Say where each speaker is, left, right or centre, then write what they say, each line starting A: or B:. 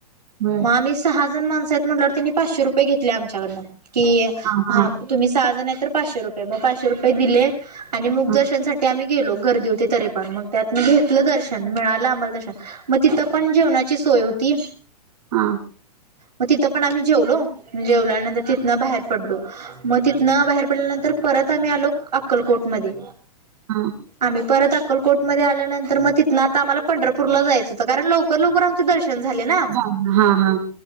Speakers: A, on the right (about 55°); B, on the right (about 90°).
A: बर
B: मग आम्ही सहा जण माणसं आहेत म्हटल्यावर... त्यांनी पाचशे रुपये घेतले आमच्याकडनं... कि
A: हां, हां,
B: हा तुम्ही सहा जण आहे तर पाचशे रुपये... मग पाचशे रुपये दिले... आणि मुखदर्शनसाठी
A: हां,
B: आम्ही गेलो... गर्दी होती तरी पण... मग त्यातनं घेतलं दर्शन... मिळालं आम्हाला दर्शन मग तिथं पण जेवणाची सोय होती...
A: हां,
B: मग तिथं पण आम्ही जेवलो. जेवल्यानंतर तिथनं बाहेर पडलो. मग तिथनं बाहेर पडल्यानंतर परत आम्ही आलो अक्कलकोट मध्ये
A: हां.
B: आम्ही परत अक्कलकोट मध्ये आल्यानंतर मग तिथनं आता आम्हाला पंढरपूरला जायचं होतं... कारण लवकर लवकर आमच दर्शन -र्शन झाले ना?
A: झालं. हां, हां.